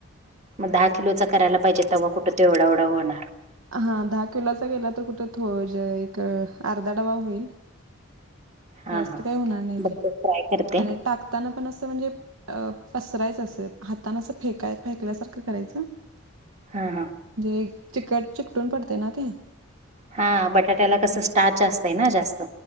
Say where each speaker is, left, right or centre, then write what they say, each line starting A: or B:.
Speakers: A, on the right (about 30°); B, on the right (about 70°).
A: मग दहा किलोचा करायला पाहिजे, तवा कुठं ते एवढा एवढा होणार.
B: हा, दहा किलोचा केला तर कुठ थो जे एक अर्धा डबा होईल.
A: हा
B: जास्त
A: हा
B: काय होणार नाही
A: बघते
B: ते
A: ट्राय करते.
B: आणि टाकताना पण असं म्हणजे अ पसरायचं असं, हातानं असं फेकाय फेकल्यासारखं करायचं.
A: हां, हा.
B: गे चिकट चिकटून पडतंय ना ते.
A: हां, बटाट्याला कसं स्टार्च असतंय ना जास्त.